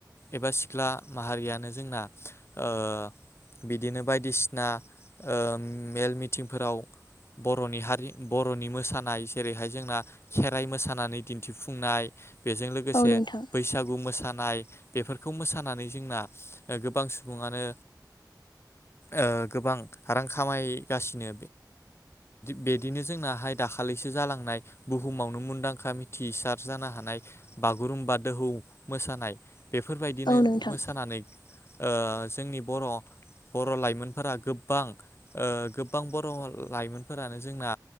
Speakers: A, on the left; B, on the left.
A: एबा सिख्ला माहारियानो जोंना ओह बिदिनो बायदिसिना ओह मेल मिथिंफोराव बर'नि हारि बर'नि मोसानाय जेरैहाय जोंना खेराइ मोसानानै दिन्थिफुंनाय बेजों लोगोसे
B: औ नोंथां
A: बैसागु मोसानाय नाय बेफोरखौ मोसानानै जोंना गोबां सुबुङानो ओ गोबां रां खामायगासिनो बिदिनो जोंनाहाय दाखालिसो जालांनाय बुहुमावनो मुंदांखा मिथिसार जानो हानाय बागुरुम्बा दोहौ मोसानाय बेफोरबायदिनो
B: औ नोंथां
A: मोसानानै ओ जोंनि बर' बर' लाइमोनफोरा गोब गोबां ओ गोबां बर' लाइमोनफोरानो जोंना